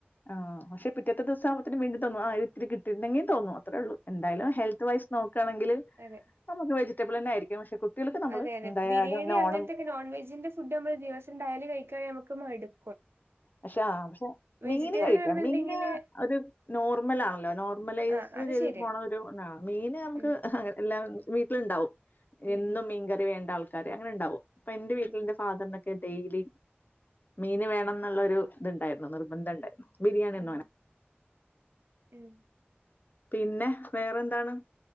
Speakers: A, on the left; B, on the right.
A: ആഹ് പക്ഷെ പിറ്റേ ദിവസുമ്പത്തിന് വേണ്ടി തോന്നു ആഹ് ഒത്തിരിട്ടിട്ടുെങ്കി തോന്നും അത്രേം ഉള്ളൂ എന്തായാലും ഹെൽത്ത് വൈസ് നോക്കുകയാണെങ്കിൽ
B: അതെ
A: നമുക്ക് വെജിറ്റബിൾതെ ആയിരിക്കും പക്ഷെ കുട്ടികൾക്ക് നമ്മള്
B: അതെ അതെ
A: എന്തായാലും
B: ബിരിയാണി
A: നോണും
B: അങ്ങനത്തെൊക്കെ നോൺ വെജിന്റെ ഫുഡ് നമ്മൾ ദിവസംയാലല് കഴിക്കയാണങ്ക നമക്ക് മാടും
A: പക്ഷെ പക്ഷെ
B: വെജിറ്റേറിയൻ
A: മീന് കഴിക്കാം
B: ആണെന്നുണ്ടെങ്കില്
A: മീന് ഒരു നോർമൽ ആണല്ലോ നോർമലൈസ്
B: ആ അത്
A: ചെയ്ത്
B: ശരിയാണ്
A: പോണാണ് മീന് നമുക്ക്
B: ഉം
A: അങ്ങനെ എല്ലാം വീട്ടിലുണ്ടാവും
B: ഉം
A: എന്നും
B: ഉം
A: മീൻകറി വേണ്ട ആൾക്കാര് അങ്ങനെ ഉണ്ടാവും അപ്പൊ എന്റെ
B: ഉം
A: വീട്ടിൽ എന്റെ
B: ഉം
A: ഫാദറിനെ ഡെയിലി മീന് വേണം എന്നുള്ള ഒരു ഇത്ണ്ടായിരുന്നു നിർബന്ധം ഉണ്ടായിരുന്നു ബിരിയാണി
B: ഉം
A: ഒന്നും അങ്ങനെ
B: ഉം
A: പിന്നെ വേറെ എന്താണ്